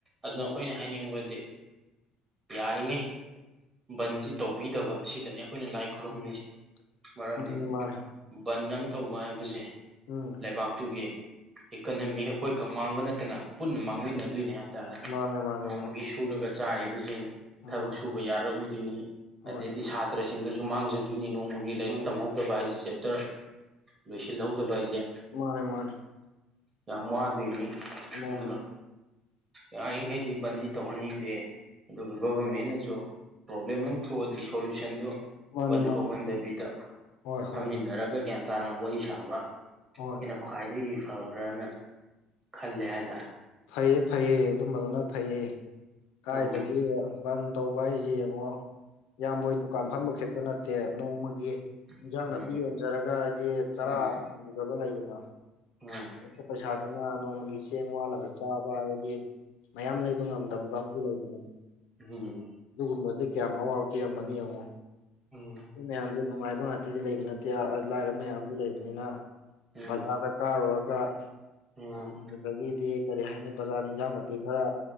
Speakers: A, on the right; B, on the left.
A: ꯑꯗꯨꯅ
B: ꯍꯣꯏ.
A: ꯑꯩꯈꯣꯏꯅ ꯍꯥꯏꯅꯤꯡꯕꯗꯤ ꯌꯥꯔꯤꯉꯩ ꯕꯟꯁꯤ ꯇꯧꯕꯤꯗꯕ ꯁꯤꯗꯅꯤ ꯑꯩꯈꯣꯏꯅ ꯂꯥꯏ ꯈꯨꯔꯨꯝꯃꯤꯁꯦ
B: ꯎꯝ
A: ꯃꯔꯝꯗꯤ
B: ꯃꯥꯅꯦ ꯃꯥꯅꯦ
A: ꯕꯟ ꯑꯃ ꯇꯧꯕ ꯍꯥꯏꯕꯁꯦ
B: ꯎꯝ
A: ꯂꯩꯕꯥꯛꯇꯨꯒꯤ ꯏꯀꯅꯃꯤ ꯑꯩꯈꯣꯏꯈꯛ ꯃꯥꯡꯕ ꯅꯠꯇꯅ ꯄꯨꯟꯅ ꯃꯥꯡꯃꯤꯟꯅꯗꯣꯏꯅꯤ
B: ꯎꯝ.
A: ꯍꯥꯏꯇꯥꯔꯦ
B: ꯃꯥꯅꯦ ꯃꯥꯅꯦ
A: ꯅꯣꯡꯃꯒꯤ
B: ꯃꯥꯅꯦ
A: ꯁꯨꯔꯒ ꯆꯥꯔꯤꯕꯁꯤꯡ
B: ꯎꯝ
A: ꯊꯕꯛ ꯁꯨꯕ ꯌꯥꯔꯑꯣꯏꯗꯣꯏꯅꯤ
B: ꯍꯣꯏ.
A: ꯑꯗꯩꯗꯤ ꯁꯥ ꯇ꯭ꯔꯁꯤꯡꯗꯁꯨ ꯃꯥꯡꯖꯗꯣꯏꯅꯤ ꯅꯣꯡꯃꯒꯤ ꯂꯥꯏꯔꯤꯛ
B: ꯃꯥꯅꯦ
A: ꯇꯝꯍꯧ ꯇꯕ ꯍꯥꯏꯁꯦ ꯆꯦꯞꯇꯔ ꯂꯣꯏꯁꯤꯜꯍꯧꯗꯕ ꯍꯥꯏꯁꯦ
B: ꯃꯥꯅꯦ ꯃꯥꯅꯦ
A: ꯌꯥꯝ ꯋꯥꯗꯨꯢꯅꯤ
B: ꯃꯥꯅꯦ
A: ꯑꯗꯨꯅ ꯌꯥꯔꯤꯈꯩꯗꯤ ꯕꯟꯗꯤ ꯇꯧꯍꯟꯅꯤꯡꯗꯦ ꯑꯗꯨꯒ ꯒꯣꯕꯔꯃꯦꯟꯅꯁꯨ ꯄ꯭ꯔꯣꯕ꯭ꯂꯦꯝ ꯑꯃ ꯊꯣꯛꯑꯗꯤ ꯁꯣꯂꯨꯁꯟꯗꯨ
B: ꯃꯥꯅꯦ
A: ꯕꯟ
B: ꯃꯥꯅꯦ.
A: ꯀꯧꯍꯟꯗꯕꯤꯗ
B: ꯍꯣꯏ
A: ꯐꯝꯃꯤꯟꯅ
B: ꯍꯣꯏ
A: ꯎꯅꯔꯒ ꯒ꯭ꯌꯥꯟ ꯇꯥꯅ ꯋꯥꯔꯤ ꯁꯥꯕ
B: ꯍꯣꯏ
A: ꯁꯤꯅ ꯈ꯭ꯋꯥꯏꯗꯒꯤ ꯐꯕ꯭ꯔꯅ ꯈꯜꯂꯦ ꯍꯥꯏꯇꯥꯥꯏ
B: ꯐꯩꯌꯦ ꯐꯩꯌꯦ ꯑꯗꯨꯝꯕꯗꯨꯅ ꯐꯩꯌꯦ ꯀꯥꯏꯗꯒꯤ
A: ꯎꯝ
B: ꯕꯟ ꯇꯧꯕ ꯍꯥꯏꯁꯦ ꯌꯦꯡꯉꯣ ꯏꯌꯥꯝꯕꯣꯏ ꯗꯨꯀꯥꯟ ꯐꯝꯕ ꯈꯦꯛꯇ ꯅꯠꯇꯦ ꯅꯣꯡꯃꯒꯤ ꯗꯤ ꯏꯟꯖꯥꯡ
A: ꯎꯝ
B: ꯅꯥꯄꯤ ꯌꯣꯟꯖꯔꯒ ꯍꯥꯏꯗꯤ ꯆꯔꯥꯗꯕ
A: ꯎꯝ
B: ꯂꯩꯗꯅ
A: ꯎꯝ
B: ꯑꯄ ꯄꯩꯁꯥꯗꯨꯅ ꯅꯣꯡꯃꯒꯤ ꯆꯦꯡ ꯋꯥꯠꯂꯕ ꯆꯥꯕ ꯍꯥꯏꯗꯤ ꯃꯌꯥꯝ ꯂꯩꯕ ꯉꯝꯗꯕ ꯀꯥꯡꯕꯨ ꯂꯩꯗꯅ
A: ꯍꯝ
B: ꯑꯗꯨꯒꯨꯝꯕꯗꯤ ꯀꯌꯥꯝ ꯑꯋꯥꯕ ꯄꯤꯔꯝꯒꯅꯤ ꯌꯦꯡꯉꯣ
A: ꯎꯝ
B: ꯃꯌꯥꯝꯁꯨ ꯅꯨꯡꯉꯥꯏꯕ ꯉꯥꯛꯇꯗꯤ ꯂꯩꯕ ꯅꯠꯇꯦ ꯂꯥꯏꯔꯕ ꯃꯌꯥꯝꯁꯨ ꯂꯩꯕꯅꯤꯅ
A: ꯎꯝ
B: ꯕꯖꯥꯔꯗ ꯀꯥꯔꯨꯔꯒ
A: ꯎꯝ
B: ꯑꯗꯨꯗꯨꯗꯒꯤꯗꯤ
A: ꯎꯝ
B: ꯀꯔꯤ ꯍꯥꯏꯅꯤ ꯕꯖꯥꯔꯗ ꯏꯟꯖꯥꯡ ꯅꯥꯄꯤ ꯈꯔ